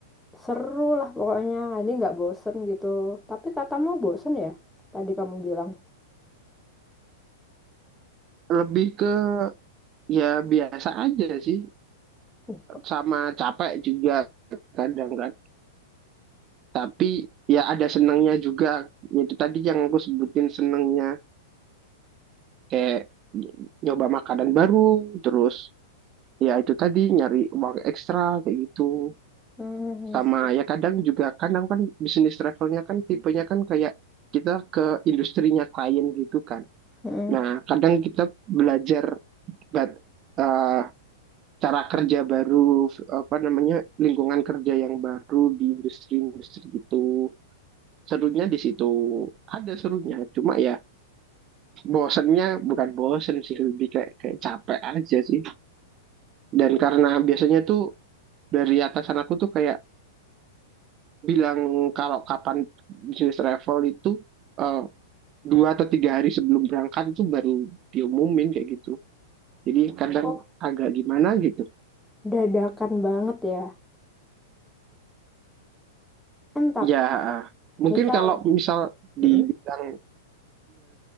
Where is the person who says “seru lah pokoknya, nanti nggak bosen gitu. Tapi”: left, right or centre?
Centre